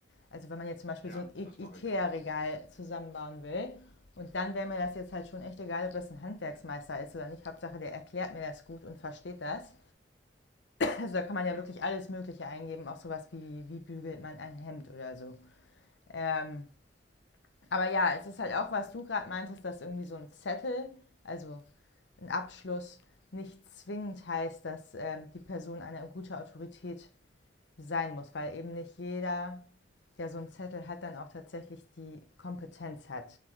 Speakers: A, on the left; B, on the left.
A: Also wenn man jetzt zum Beispiel
B: Ja,
A: so ein I-
B: das mache
A: Ikea-Regal
B: ich auch.
A: zusammenbauen will und dann wäre mir das jetzt halt schon echt egal, ob das ein Handwerksmeister ist oder nicht. Hauptsache, der erklärt mir das gut und versteht das. Also da kann man ja
B: Ja.
A: wirklich alles Mögliche eingeben, auch sowas wie, wie bügelt man ein Hemd oder so. Ähm, aber ja, es ist halt auch, was du gerade meintest, dass irgendwie so ein Zettel, also ein Abschluss, nicht zwingend heißt, dass ähm, die Person eine gute Autorität sein muss, weil eben nicht jeder, der so einen Zettel hat, dann auch tatsächlich die Kompetenz hat,